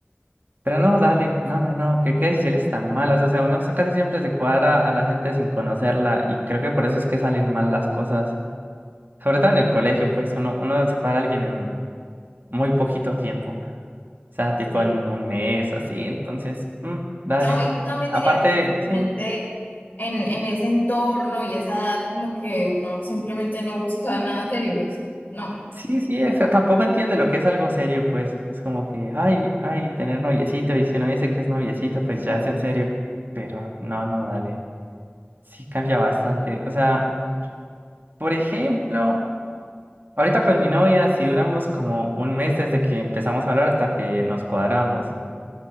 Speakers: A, on the right; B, on the left.
A: Pero no, dale, no, no, no, qué, qué decisiones tan malas. O sea, uno casi siempre se cuadra a la gente sin conocerla y creo que por eso es que salen mal las cosas. Sobre todo en el colegio, pues uno, uno se cuadra a alguien en muy poquito tiempo, o sea,
B: Sí.
A: tipo en un mes, así, entonces, mm, dale.
B: No, y yo también diría
A: Aparte,
B: que simplemente
A: sí,
B: en, en ese entorno y esa edad, como que uno simplemente no busca nada serio, no es- no.
A: sí, sí, o tampoco entiende lo que es algo serio, pues, es como que, ay, ay, tener noviecito, y si uno dice que es noviecito, pues ya es en serio, pero no, no, dale, sí cambia bastante, o sea, por ejemplo, ahorita con mi novia, si duramos como un mes desde que empezamos a hablar hasta que nos cuadramos.